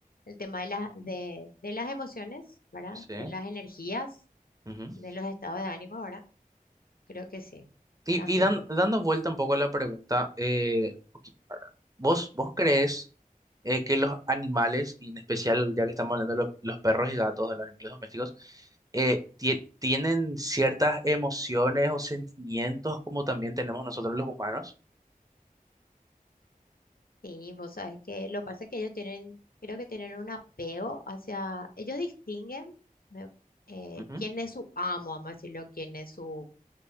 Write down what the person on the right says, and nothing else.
sí.
ujú.
Y,
y dan- dando vuelta un poco a la pregunta, eh, un poquito, ahora, ¿vos, vos crees eh, que los animales, y en especial ya que estamos hablando de los, los perros y gatos, de los animales domésticos, eh, tie- tienen ciertas emociones o sentimientos como también tenemos nosotros los humanos?
Ujú,